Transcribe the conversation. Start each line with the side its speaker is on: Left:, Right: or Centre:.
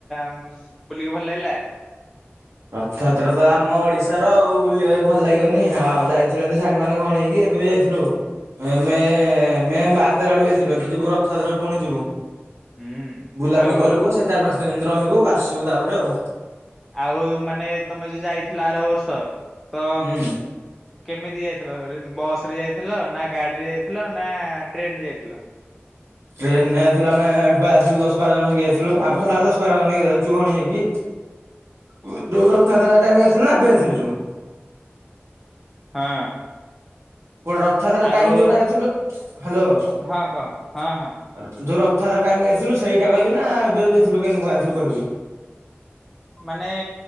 Centre: ଉଁ ବୁଲିକି ଭଲ ଲାଗିଲା।
Right: ରଥଯାତ୍ରା ତ ଆମ ଓଡିଶାର ଆଉ ବୁଲିବା ପାଇଁ ଭଲ ଲାଗିବନି ଆଉ ଯାଇଥିଲୁ ଏମିତି ସାଙ୍ଗମାନେ ଘଉଣୀ ହେଇକି। ଏବେ ବି ଯାଇଥିଲୁ ଏ ମେ ମେ ବାର ତେର ଆଡକୁ ଯାଇଥିଲୁ ଏବେ ଯିବୁ ରଥଯାତ୍ରା କୁ ପୁଣି ଯିବୁ।
Centre: ହୁଁ
Right: ବୁଲାବୁଲି
Centre: ଆଉ
Right: କରିବୁ ସେ ଚାରି ପାଞ୍ଚ ଦିନ ଏମିତି ରହିବୁ ଆସିବୁ ତାପରେ ଆଉ।
Centre: ଆଉ ମାନେ ତମେ ଯୋଉ ଯାଇଥିଲ ଆର ବର୍ଷ ତ।
Right: ହୁଁ
Centre: କେମିତି ଯାଇଥିଲ ଅର ବସ ରେ ଯାଇଥିଲ ନା ଗାଡିରେ ଯାଇଥିଲ ନା ଟ୍ରେନ ରେ ଯାଇଥିଲ?
Right: ଟ୍ରେନ ରେ ଯାଇଥିଲୁ ଆମେ ଏଠୁ ପା ଯାଇଥିଲୁ ଦଶ ବାର ଜଣ ହେଇକି ଯାଇଥିଲୁ ଆମେ ସଦାବେଳେ ଦଶ ବାର ଜଣହେଇକି ଯାଉଛୁ ଘଣି ହେଇକି। ଉ ଯୋଉ ରଥଯାତ୍ରା ଟାଇମ ଯାଇଥିଲୁ ନା ଏବେ ଯାଇଥିଲୁ? ଯୋଉ
Centre: ହଁ।
Right: କୋଉଟା ରଥଯାତ୍ରା
Centre: ଆଉ
Right: ଟାଇମ ଯୋଉଟା ଯାଇଥିଲୁ ହାଲୋ। ଅ
Centre: ହଁ କହ ହଁ ହଁ।
Right: ଯଉ ରଥଯାତ୍ରା ଟାଇମ ଯାଇଥିଲୁ ସେଇଟା କହିବି ନା ଏବେ ଯଉ ଯାଇଥିଲୁ କେମିତି କଣ ଯାଇଥିଲୁ କହିବି।
Centre: ମାନେ